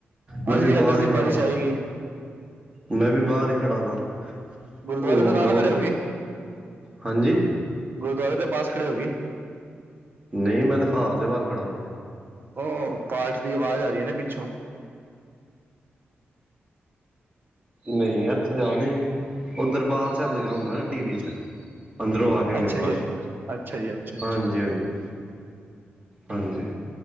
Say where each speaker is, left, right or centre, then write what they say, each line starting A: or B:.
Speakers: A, on the right; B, on the right.
A: ਮੈਂ
B: ਅੱਜ
A: ਵੀ
B: ਕਹਿੰਦੇ
A: ਬਾਹਰ
B: ਸੀ
A: ਹੀ ਖੜ੍ਹਾ
B: ਬਾਰਿਸ਼
A: ਤਾ
B: ਆਏਗੀ
A: ਮੈਂ ਵੀ ਬਾਹਰ ਹੀ ਖੜਾ ਸਾ
B: ਗੁਰਦੁਆਰੇ
A: ਉਹ ਹੋ
B: ਦੇ
A: ਬਹੁਤ
B: ਨਾਲ ਖੜੇ ਗਏ
A: ਹਾਂਜੀ
B: ਗੁਰਦੁਆਰੇ ਦੇ ਪਾਸ ਖੜੇ ਹੋਗੇ।
A: ਨਹੀਂ ਮੈਂ ਤਾਂ ਘਰ ਦੇ ਬਾਹਰ ਖੜਾ।
B: ਉਹ ਪਾਠ ਦੀ ਆਵਾਜ਼ ਆ ਰਹੀ ਏ ਨਾ ਪਿੱਛੋਂ
A: ਨਹੀਂ ਐਥੇ ਤੇ ਆ ਨੀ ਰਹੀ ਉਹ ਦਰਬਾਰ ਸਾਹਿਬ ਲਗਯਾ ਹੁੰਦਾ ਨਾ ਟੀ਼ ਵੀ ਚ ਅੰਦਰੋਂ ਆ ਰਹੀ ਹੋਣੀ
B: ਅੱਛਾ
A: ਆਵਾਜ਼
B: ਜੀ। ਅ ਅੱਛਾ ਜੀ, ਅੱਛਾ-ਅੱਛਾ।
A: ਹਾਂਜੀ ਹਾਂਜੀ ਹਾਂਜੀ